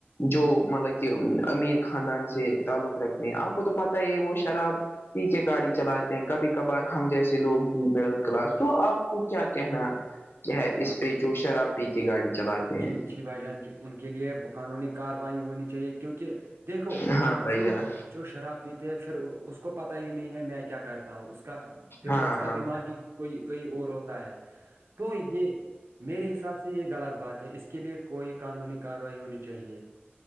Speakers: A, on the left (about 65°); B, on the right (about 85°).
A: جو مطلب کہ امیر خاندان سے تعلق رکھتے ہیں آپ کو تو پتہ ہے وہ شراب پی کے گاڑی چلاتے ہیں کبھی کبھار ہم جیسے لوگ بھی مڈل کلاس تو آپ کو کیا کہنا کیا ہے
B: ہاں
A: اس پہ جو شراب پی کے گاڑی چلاتے ہیں
B: جی جی بھائی جان ان کے لیے قانونی کارروائی ہونی چاہیے کیونکہ دیکھو
A: ہاں بھائی
B: جو
A: جان
B: جو شراب پیتے ہیں پھر اس کو پتا ہی نہیں ہے میں کیا کرتا ہوں اس کو کا دیکھو
A: ہاں
B: اس کا
A: ہاں
B: دماغ ہی کوئی کوئی اور ہوتا ہے تو یہ میرے حساب سے یہ غلط بات اس کے لیے کوئی قانونی کاروائی ہونی چاہیے